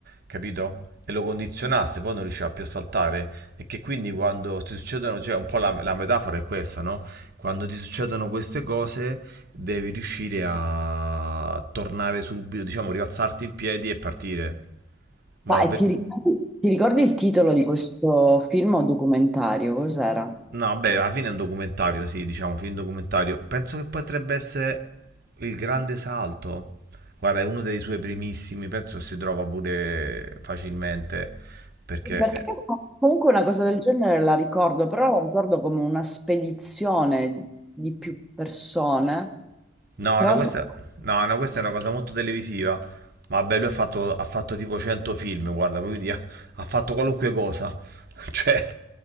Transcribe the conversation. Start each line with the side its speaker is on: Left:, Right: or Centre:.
Right: capito? E lo condizionasse, poi non riusciva più a saltare. E che quindi quando ti succedono, cioè un po' la, la metafora è questa, no? Quando ti succedono queste cose, devi riuscire a tornare subito, diciamo, rialzarti in piedi e partire. Ma
Centre: Ma e ti ricordi, ti ricordi il titolo di questo film o documentario? Cos'era?
Right: No, beh, alla fine è un documentario, sì, diciamo, film documentario. Penso che potrebbe essere Il Grande Salto. Guarda, è uno dei suoi primissimi, penso si trova pure facilmente, perché...
Centre: Perché
Right: è-
Centre: comunque una cosa del genere la ricordo, però la ricordo come una spedizione di più persone.
Right: No,
Centre: Tra
Right: no,
Centre: l'altro,
Right: questa, no, no, questa è una cosa molto televisiva. Ma Vabbè, lui ha fatto, ha fatto tipo 100 film, guarda, quindi ha, ha fatto qualunque cosa. <laughs> Cioè,